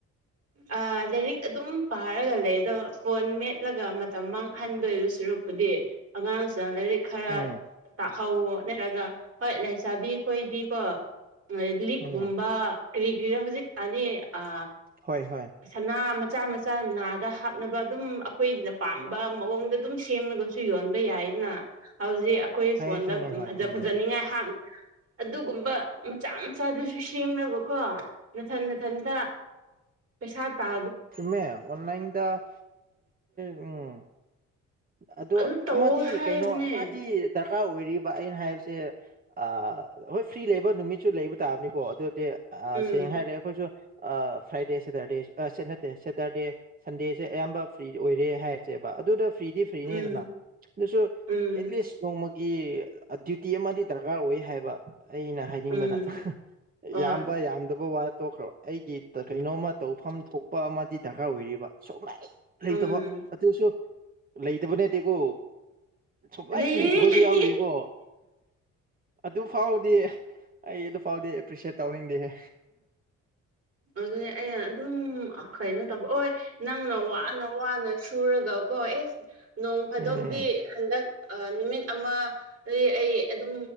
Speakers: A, on the right; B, on the right.
A: ꯑ ꯂꯥꯏꯔꯤꯛ ꯑꯗꯨꯝ ꯄꯥꯔꯒ ꯂꯩꯗ‌ꯣ꯫ ꯐꯣꯟ ꯃꯦꯠꯂꯒ ꯃꯇꯝ ꯃꯥꯡꯍꯟꯗꯣꯏꯕ ꯁꯨꯔꯛꯄꯨꯗꯤ꯫ ꯑꯉꯥꯡꯁꯤꯡ ꯂꯥꯏꯔꯤꯛ ꯈꯔ
B: ꯎꯝ
A: ꯇꯥꯛ꯫ ꯍꯧꯋꯣ ꯅꯠꯇ꯭ꯔꯒ ꯍꯣꯏ ꯂꯩꯥꯏꯁꯥꯕꯤꯈꯣꯏꯗꯤꯀꯣ ꯂꯤꯛꯀꯨꯝꯕ
B: ꯎꯝ
A: ꯀꯔꯤ ꯀ꯭ꯔꯤꯔ ꯍꯧꯖꯤꯛ ꯀꯅꯤ ꯑ
B: ꯍꯣꯏ ꯍꯣꯏ
A: ꯁꯅꯥ ꯃꯆꯥ ꯃꯆꯥ ꯅꯥꯗ ꯍꯥꯞꯅꯕ ꯑꯗꯨꯝ ꯑꯩꯈꯣꯏꯅ ꯄꯥꯝꯕ ꯃꯑꯣꯡꯗ ꯑꯗꯨꯝ ꯁꯦꯝꯂꯒ ꯁꯨ ꯌꯣꯟꯕ ꯌꯥꯏꯅ ꯍꯧꯖꯤꯛ ꯑꯩꯈꯣꯏ
B: ꯈꯪꯉꯦ
A: ꯐꯣꯟꯗ
B: ꯈꯪꯉꯦ ꯍꯣꯏ
A: ꯐꯖ
B: ꯎꯝ
A: ꯐꯖꯅꯤꯡꯉꯥꯏ ꯍꯥ ꯑꯗꯨꯒꯨꯝꯕ ꯃꯆꯥ ꯃꯆꯥꯗꯨꯁꯨ ꯁꯦꯝꯅꯕꯀꯣ ꯃꯅꯥꯊꯟ ꯃꯅꯥꯊꯟꯗ ꯄꯩꯁꯥ ꯇ
B: ꯃꯦꯃꯦꯟꯂꯥꯏꯟꯗꯖꯤꯁꯦ ꯎꯝ ꯑꯣ
A: ꯑꯗꯨ ꯇꯧꯋꯣ
B: ꯑꯃꯗꯤ
A: ꯍꯥꯏꯕꯅꯦ
B: ꯀꯩꯅꯣ ꯑꯃꯗꯤ ꯗꯔꯀꯥꯔ ꯑꯣꯏꯔꯤꯕ ꯑꯩꯅ ꯍꯥꯏꯕꯁꯦ ꯑ ꯍꯣꯏ ꯐ꯭ꯔꯤ ꯂꯩꯕ ꯅꯨꯃꯤꯠꯁꯨ ꯂꯩꯕ ꯇꯥꯕꯅꯤꯀꯣ ꯑꯗꯨꯗꯤ ꯑ
A: ꯎꯝ
B: ꯁꯦꯡꯅ ꯍꯥꯏꯔꯦ ꯑꯩꯈꯣꯏꯁꯨ ꯑ ꯐ꯭ꯔꯥꯏꯗꯦ ꯁꯦꯇꯔꯗꯦ ꯁꯦꯇꯔꯗꯦ ꯁꯟꯗꯦꯁꯦ ꯑꯌꯥꯝꯕ ꯐ꯭ꯔꯤ ꯑꯣꯏꯔꯦ ꯍꯥꯏꯔꯁꯦꯕ ꯑꯗꯨꯗ ꯐ꯭ꯔꯤꯗꯤ ꯐ꯭ꯔꯤꯅꯦꯗꯅ
A: ꯎꯝ
B: ꯑꯗꯨꯁꯨ ꯑꯦꯠꯂꯤꯁ
A: ꯎꯝ
B: ꯅꯣꯡꯃꯒꯤ ꯗ꯭ꯌꯨꯇꯤ ꯑꯃꯗꯤ ꯗꯔꯀꯥꯔ ꯑꯣꯏ ꯍꯥꯏꯕ ꯑꯩꯅ ꯍꯥꯏꯅꯤꯡꯕꯗ
A: ꯎꯝ ꯍꯣꯏ
B: ꯌꯥꯝꯕ ꯌꯥꯝꯗꯕ ꯋꯥꯠ ꯇꯣꯛꯈ꯭ꯔꯕ ꯑꯩꯒꯤ ꯀꯩꯅꯣꯝꯃ ꯇꯧꯐꯝ ꯊꯣꯛꯄ ꯑꯃꯗꯤ ꯗꯔꯀꯥꯔ ꯑꯣꯏꯔꯤꯕ ꯁꯨꯝꯂ ꯂꯩꯇꯕ
A: ꯎꯝ
B: ꯑꯗꯨꯁꯨ ꯂꯩꯇꯕ ꯅꯠꯇꯦꯀꯣ ꯁꯨꯡꯂꯩ
A: ꯂꯩꯌꯦ
B: ꯂꯩꯇꯕꯁꯨ
A: ꯂꯩꯌꯦ
B: ꯌꯥꯎꯔꯤꯀꯣ ꯑꯗꯨꯐꯥꯎꯗꯤ ꯑꯩ ꯑꯗꯨꯐꯥꯎꯗꯤ ꯑꯦꯄ꯭ꯔꯤꯁꯦꯠ ꯇꯧꯅꯤꯡꯗꯦꯍꯦ
A: ꯑꯗꯨ ꯑꯩ ꯑꯗꯨꯝ ꯀꯩꯅꯣ ꯇꯧꯕ ꯍꯣꯏ ꯅꯪꯅ ꯋꯥꯅ ꯋꯥꯅ ꯁꯨꯔꯒꯀꯣ ꯑꯦꯁ ꯅꯣꯡ ꯐꯥꯗꯧꯗꯤ
B: ꯎꯝ
A: ꯍꯟꯗꯛ ꯑ ꯅꯨꯃꯤꯠ ꯑꯃ ꯑꯩ ꯑꯗꯨꯝ